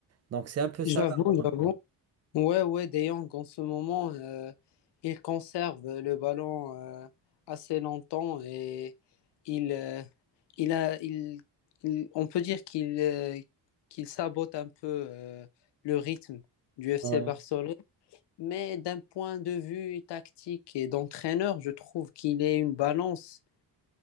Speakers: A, on the right; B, on the left.
A: Donc, c'est un peu
B: J'avoue,
A: ça la remarque.
B: j'avoue. Ouais, ouais, De Jong, en ce moment, euh, il conserve le ballon euh, assez longtemps et il, euh, il a, il, il- on peut dire qu'il euh, qu'il sabote un peu euh, le rythme du FC
A: Ouais,
B: Barcelone. Mais d'un point de vue tactique et d'entraîneur, je trouve qu'il est une balance.